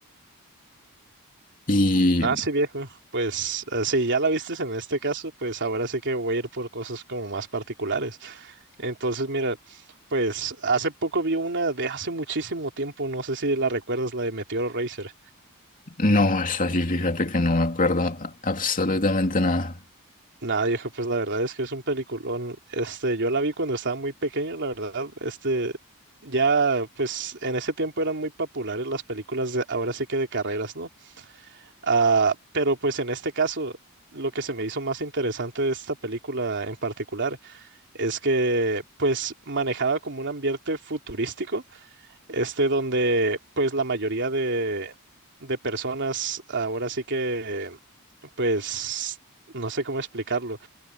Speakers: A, on the left; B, on the right.
A: Y
B: Ah, sí, viejo. Pues eh, si ya la vistes en este caso, pues ahora sí que voy a ir por cosas como más particulares. Entonces, mira, pues hace poco vi una de hace muchísimo tiempo, no sé si la recuerdas, la de Meteor Racer.
A: no, es así, fíjate que no me acuerdo a- absolutamente nada.
B: Nada, viejo, pues la verdad es que es un peliculón. Este, yo la vi cuando estaba muy pequeño, la verdad. Este, ya, pues en ese tiempo eran muy populares las películas de, ahora sí que de carreras, ¿no? Ah, pero pues en este caso, lo que se me hizo más interesante de esta película en particular es que, pues, manejaba como un ambiente futurístico, este, donde, pues, la mayoría de, de personas ahora sí que, pues, no sé cómo explicarlo